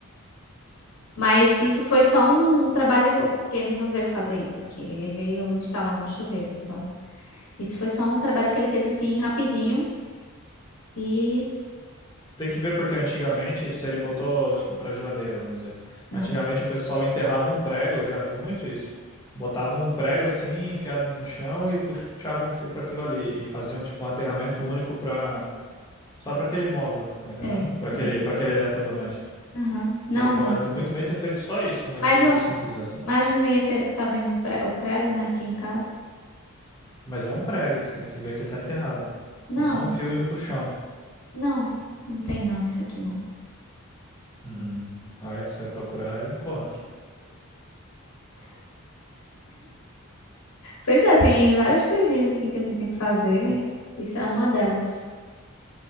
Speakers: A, on the left; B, on the left.
A: Mas isso foi só um trabalho, porque ele não veio fazer isso aqui, ele veio instalar um chuveiro, então. Isso foi só um trabalho que ele fez assim rapidinho e.
B: Tem que ver porque antigamente, se ele botou, tipo, pra geladeira, vamos dizer. Antigamente
A: Ah,
B: o pessoal enterrava um prego, eu já vi muito isso. Botavam um prego assim, enfiado no chão e puxavam um fio para aquilo ali. E faziam, tipo, um aterramento único para só para aquele móvel, tá entendendo?
A: sei, sei.
B: Para aquele, para aquele eletrodoméstico.
A: Aham. Não,
B: Ele pode
A: não.
B: muito bem ter feito só isso, um negócio
A: Mas, eu,
B: simples assim.
A: mas a gente não ia ter, tá vendo o pre- o prego, né, aqui em casa?
B: Mas é um prego, tu tem que ver que ele tá enterrado.
A: Não,
B: É só um fio indo pro chão.
A: não. Não tem não, isso aqui não.
B: Uhum. Olha que se eu procurar, eu encontro.
A: Pois é, tem várias coisinhas assim que a gente tem que fazer. Isso é uma delas,